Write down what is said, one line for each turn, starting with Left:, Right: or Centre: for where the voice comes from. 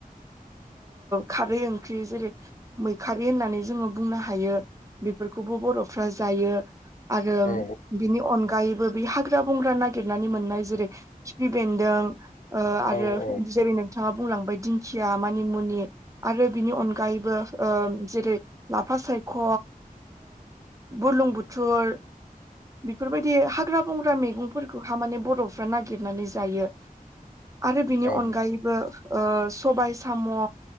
Right: खारै ओंख्रि जेरै मैखारि होननानै जोङो बुंनो हायो बेफोरखौबो बर'फ्रा जायो। आरो
Left: औ
Right: बिनि अनगायैबो हाग्रा-बंग्रा नागिरनानै मोननाय जेरै खिफि बेन्दों ओ
Left: औ
Right: आरो जेरै नोंथां नोंथाङा बुंलांबाय दिंखिया मानिमुनि आरो बिनि अनगायैबो जेरै ओ लाफा सायख' बुरलुं बुथुर बेफोरबायदि हाग्रा बंग्रा मैगंफोरखौहा माने बर'फ्रा नागिरनानै जायो। आरो बिनि
Left: औ
Right: अनगायैबो ओ सबाइ साम'